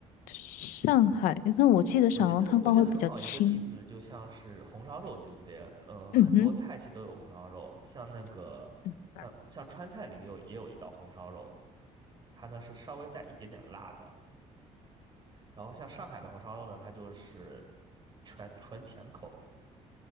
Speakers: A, on the left (about 80°); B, on the right (about 35°).
A: 上海，那我记得小笼汤包会比较轻。
B: <laughs> 我觉得我觉得很好一个例子，就像是红烧肉，对不对？呃，很多菜系都有红烧肉，
A: 嗯哼
B: 像那个像像川菜里也有也有一道红烧肉，
A: ，sorry，
B: 它呢是稍微带一点点辣的，然后像上海的红烧肉呢，它就是全纯甜口的。